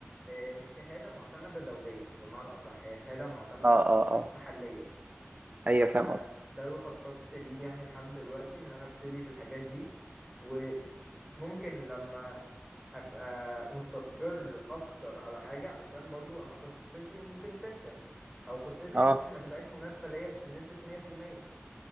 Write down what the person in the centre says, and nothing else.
آه، مش شهاده معتمده دوليا بمعنى اصح هي شهاده معتمده
محليا
فده
اللي خططت ليه يعني لحد دلوقتي ان انا ابتدي في الحاجات دي وممكن لما ابقى مستقر اكتر على حاجه علشان برضو انا خطتي ممكن تفشل او خطتي
ممكن ما تبقاش مناسبه ليا بنسبه 100%